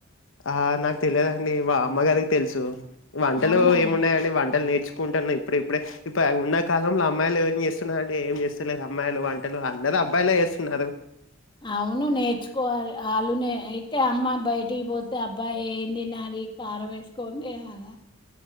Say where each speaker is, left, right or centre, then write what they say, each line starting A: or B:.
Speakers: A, on the left; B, on the left.
A: ఆ నాకు తెలియదండి మా అమ్మగారికి తెలుసు వంటలు
B: అవునా
A: ఏమున్నాయండి వంటలు నేర్చుకుంటున్నా ఇప్పుడు ఇప్పుడే ఇప్పుడు ఉన్న కాలంలో ఆ అమ్మాయిలు ఏం చేస్తున్నారండి ఏం చేస్తలెరూ అమ్మాయిలు వంటలు అందరు అబ్బాయిలే చేస్తున్నారు
B: అవును నేర్చుకోవాలి అళ్ళు నె ట్టె అమ్మ బయటి బొతే తే అబ్బాయి ఏందినాలి కారమెసుకోని తినాల